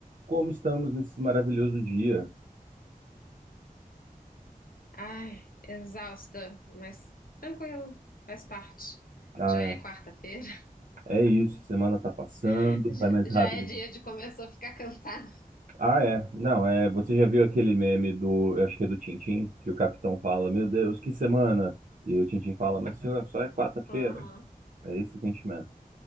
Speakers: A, on the right; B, on the left.
A: Como estamos nesse maravilhoso dia?
B: Ai, exausta, mas tranquilo, faz parte.
A: Ah,
B: Já é quarta-feira,
A: é isso, semana tá passando,
B: <laughs> já,
A: vai mais
B: já
A: rápido.
B: é dia de começar a ficar cansada.
A: Ah, é. Não, é, você já viu aquele meme do, eu acho que é do Tintim, que o capitão fala: "Meu Deus, que semana!" E o Tintim fala: "Mas senhor, só é quarta-feira."
B: Aham,
A: É esse sentimento.